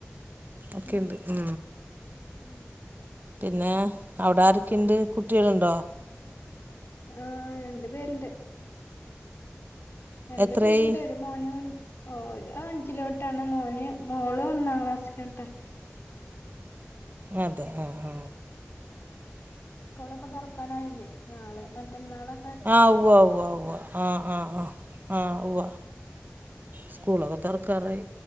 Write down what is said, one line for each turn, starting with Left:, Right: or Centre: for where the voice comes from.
Right: ഒക്കെയുണ്ട്
Left: ഉം
Right: ഉ
Left: ഉം
Right: പിന്നെ അവിടെ ആരൊക്കെയുണ്ട് കുട്ടിയാളുണ്ടോ
Left: ആ രണ്ട് പേരുണ്ട് രണ്ട്
Right: എത്രയായി
Left: പേരുണ്ട് ഒരു മോന് ഒരു ഒരു അഞ്ചിലോട്ടാണ് മോന് മോള് ഒന്നാം ക്ലാസ്സിലോട്ടാ
Right: അതെ ആ ആഹ
Left: സ്കൂളൊക്കെ തുറക്കാനായില്ലേ നാളെ മറ്റന്നാള്
Right: ആ ഉവ ഉവ ഉവ ആ ആ ആ ആ ഉവ സ്കൂളൊക്കെ തൊറക്കാറായി